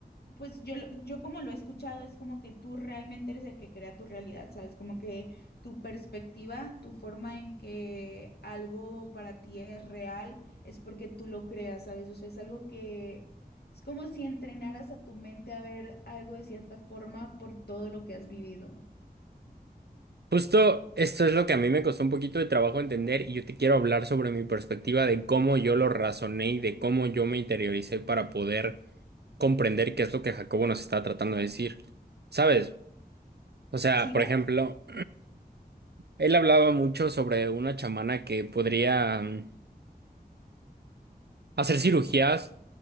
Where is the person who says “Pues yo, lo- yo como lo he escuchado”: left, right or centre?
Left